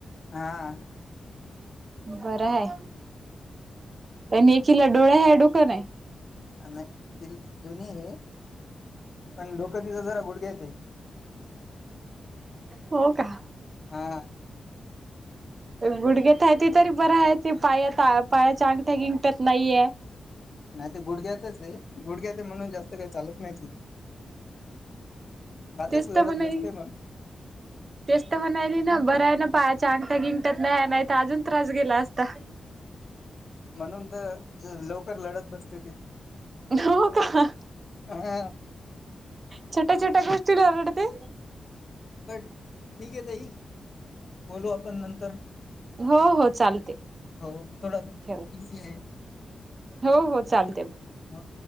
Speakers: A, on the left; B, on the right.
A: हा.
B: बर हाय. लेकिला डोळे हाय, डोक नाही.
A: नाही तिला दोन्ही आहे, पण डोकं तिचं जरा गुडघ्यात आहे.
B: हो का.
A: हां.
B: गुडघ्यात हाय ते तरी बर आहे ते पाया-पायाच्या अंगठ्या गिंट्यात नाहीये.
A: नाही ते गुडघ्यातच रे गुडघ्या ते, म्हणून जास्त काही चालत नाही तिथं. भातच
B: तेच
A: लढत
B: तर म्हणाली.
A: बसते मग
B: तेचत म्हणाली ना बरं आहे ना, पायाच्या अंगठ्या गिंगटात नाही नाहीत अजून त्रास गेला असता.
A: म्हणून तर लवकर लढत बसते ती.
B: हो कां,
A: हा
B: छोट्या छोट्या गोष्टी रडते.
A: बर ठीक आहे ताई, बोलू आपण नंतर.
B: हो हो, चालते
A: हो थोडा
B: ठेवा ठेवा.
A: बिझी आहे
B: हो हो चालतंय.
A: हा.